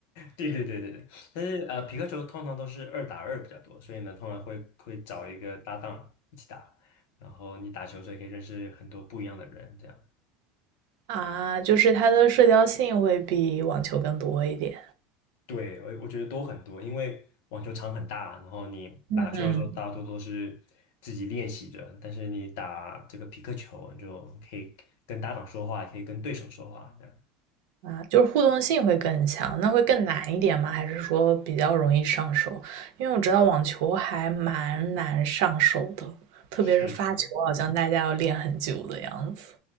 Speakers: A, on the left; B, on the right.
A: 对对对对对。但是呃，皮克球通常都是二打二比较多，所以呢，通常会会找一个搭档一起打，然后你打球的时候也可以认识很多不一样的人这样。
B: 啊，就是它的社交性会比网球更多一点。
A: 对，我我觉得都很多，因为网球场很大，然后你打球的时候大多都是自己练习着，
B: 嗯，
A: 但是你打这个匹克球，你就可以跟搭档说话，也可以跟对手说话，这样。
B: 啊，就是互动性会更强，那会更难一点吗？还是说比较容易上手？因为我知道网球还蛮难上手的，特别是发球，
A: 是是，
B: 好像大家要练很久的样子。